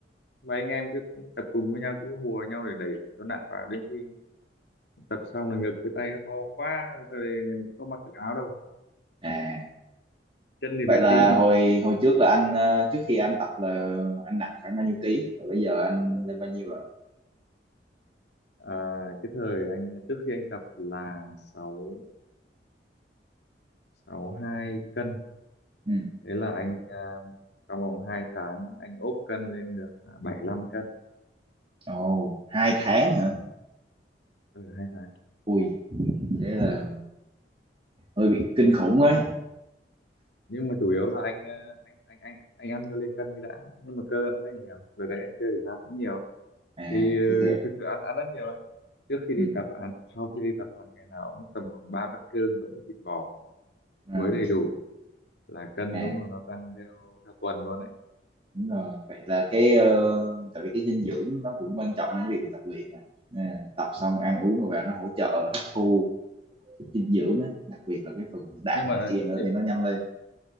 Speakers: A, on the left (about 75°); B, on the right (about 30°).
A: mấy anh em cứ tập cùng với nhau cứ hùa nhau để đẩy cho nặng vào đến khi tập xong là ngực cái tay nó to quá rồi có mặc được áo đâu
B: à
A: chân thì
B: vậy
A: bé
B: là
A: tí
B: hồi hồi trước là anh ờ, trước khi anh tập là anh nặng khoảng bao nhiêu ký rồi bây giờ anh lên bao nhiêu rồi
A: à, cái thời anh trước khi anh tập là sáu sáu hai cân
B: ừ.
A: thế là anh à, trong vòng 2 tháng anh ốp cân lên được à, 75 cân
B: Ồ, hai tháng hả?
A: ở hai tháng
B: Ui, thế là hơi bị kinh khủng ấy.
A: nhưng mà chủ yếu là anh à, anh anh anh anh ăn cho lên cân cái đã nhưng mà cơ nó cũng lên nhiều rồi đấy anh chơi thể thao cũng nhiều
B: À,
A: thì ừ,
B: thì thiệt.
A: thực sự ăn ăn rất nhiều đấy. trước khi đi
B: Ừ.
A: tập ăn sau khi đi tập ăn ngày nào cũng tầm khoảng ba bát cơm cộng với thịt bò
B: À,
A: chuối đầy đủ là cân
B: à,
A: đúng là nó tăng theo theo tuần luôn đấy
B: đúng rồi. Vậy là cái ờ, tại vì cái dinh dưỡng nó cũng quan trọng trong việc mình tập luyện mà. À, tập xong ăn
A: Ừ.
B: uống rồi vào nó hỗ trợ hấp thu cái dinh dưỡng á, đặc biệt là cái phần đạm
A: nhưng mà
B: này kia nữa
A: nhị-
B: thì nó nhanh lên,